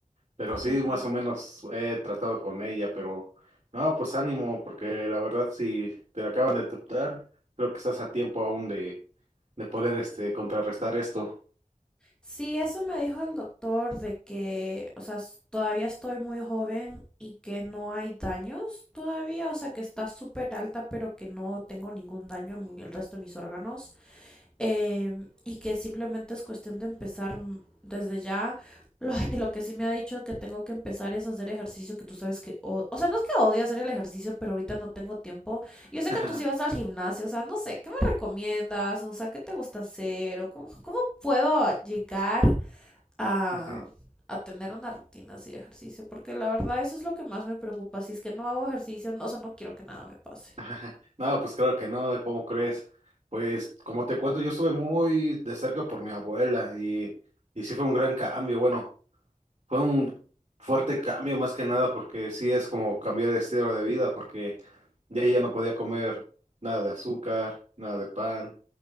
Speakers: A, on the right; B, in the centre.
A: Pero
B: ujú.
A: sí, más o menos he tratado con ella, pero no, pues ánimo, porque la verdad si te la acaban de aceptar, creo que estás a tiempo aún de, de poder este contrarrestar esto.
B: Sí, eso me dijo el doctor de que, o sea, s- todavía estoy muy joven y que no hay daños todavía, o sea, que está súper alta, pero que no tengo ningún daño en mi- el resto de mis órganos em, y que simplemente es cuestión de empezar m- desde ya. Lo, <laughs> lo que sí me ha dicho que tengo que empezar es hacer ejercicio, que tú sabes que... o o sea, no es que odie hacer el ejercicio, pero ahorita no tengo tiempo. Yo sé
A: <laughs>
B: que tú sí vas al gimnasio, o sea, no sé, ¿qué me recomiendas? O sea, ¿qué te gusta hacer? ¿O cómo, cómo puedo llegar a,
A: Sí, sí.
B: a tener una rutina así de ejercicio? Porque la verdad eso es lo que más me preocupa. Si es que no hago ejercicio, no- o sea, no quiero que nada me pase.
A: <laughs> No, pues claro que no, ¿cómo crees? Pues como te cuento, yo estuve muy de cerca por mi abuela y, y sí fue un gran cambio. Bueno, Fue un fuerte cambio más que nada porque sí es como cambiar de estilo de vida porque ya ya no podía comer nada de azúcar, nada de pan,